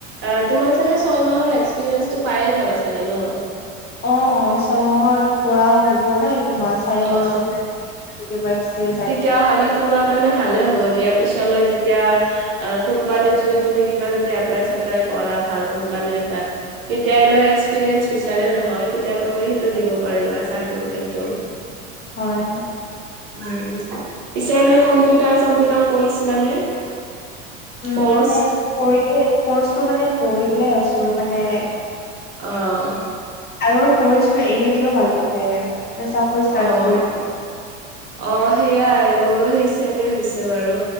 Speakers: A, on the right; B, on the left.
A: অ', তোমাৰ চাগে ছয় মাহৰ এক্সপিৰিয়েঞ্চটো পায়ে যাবা চাগে ন।
B: অ', অ', ছমাহৰ মোক কৰাও হ'ব ন এইটো চাৰে
A: অ
B: কৈছে <unintelligible>
A: তেতিয়া হ'লে তোমাৰ কাৰণে ভালে হ'ব দিয়া পিছলৈ যেতিয়া কোম্পানীত যদি তুমি কিবা যদি এপ্লাই চেপ্লাই কৰা ভাল কোম্পানী এটাত। তেতিয়া এনেও এস্কপ্ৰিয়েন্স বিচাৰে নহয় তেতিয়া তুমি সেইটো দিব পাৰিবা চাৰ্টিফিকেটতো।
B: হয়।
A: পিছে এনে কম্পিউটাৰ চম্পিউটাৰ কৰিছিলানে?
B: উম,
A: কৰ্চ
B: মানে কৰি কৰ্চটো মানে কৰিহে আছো মানে
A: অ'।
B: আৰু কৰিছিলো এৰি দিলো মাজতে ষ্টাৰ্ট
A: অ',
B: কৰি
A: অ' সেইয়াই মোৰো সেই চে'ম হৈছে বাৰু।